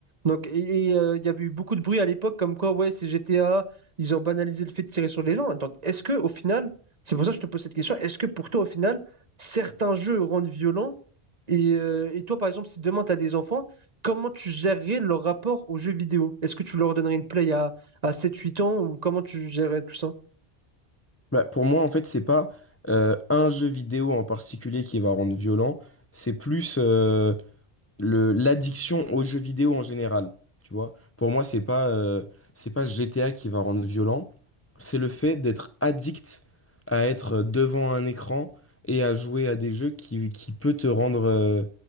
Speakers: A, on the right; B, on the left.
A: Donc, et, et, euh, il y avait eu beaucoup de bruit à l'époque comme quoi, ouais, c'est GTA, ils ont banalisé le fait de tirer sur les gens. Donc, est-ce que au final, c'est pour ça que je te pose cette question, est-ce que pour toi, au final, certains jeux rendent violents et, euh, et toi, par exemple, si demain tu as des enfants, comment tu gérerais leur rapport aux jeux vidéo? Est-ce que tu leur donnerais une play à, à sept huit ans ou comment tu gérerais tout ça?
B: Bah, pour moi, en fait, c'est pas euh, un jeu vidéo en particulier qui va rendre violent. C'est plus. euh, le l'addiction aux jeux vidéo en général, tu vois. Pour moi, c'est pas euh, c'est pas GTA qui va rendre violent, c'est le fait d'être addict à être devant un écran et à jouer à des jeux qui qui peut te rendre euh,